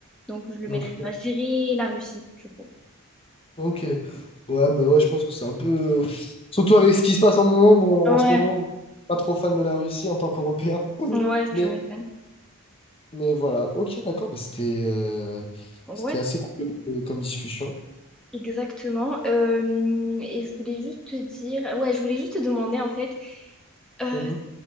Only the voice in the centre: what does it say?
Donc je le
mettrai pas. Je dirais la Russie, du coup.
Ouais,
ouais, tu
m'étonnes.
ouais.
Exactement. Euh, et je voulais juste te dire, ouais, je voulais juste te demander en fait, euh,